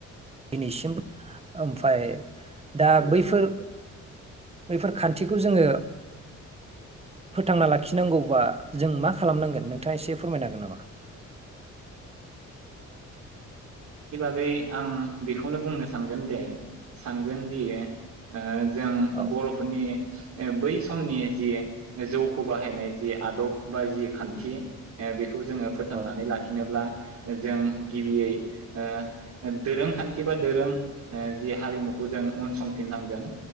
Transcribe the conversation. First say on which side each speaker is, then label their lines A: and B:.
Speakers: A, on the right (about 20°); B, on the right (about 70°).
A: दिनैसिमबो ओमफाय दा
B: औ
A: बैफोर बैफोर खान्थिखौ जोङो फोथांना लाखिनांगौबा जों मा खालामनांगोन नोंथाङा एसे फोरमायनो हागोन नामा?
B: बै आं बेखौनो बुंनो सानगोन दे सानगोनदि ओ जों
A: औ
B: बर'फोरनि बै समनि जि जौखौ बाहायनाय जि आदब बा जि खान्थि ओ बेखौ जोङो फोथांनानै
A: औ
B: लाखिनोब्ला जों गिबियै ओ दोरोंखान्थि बा दोरों ओ जि हारिमुखौ जों उनसंफिननांगोन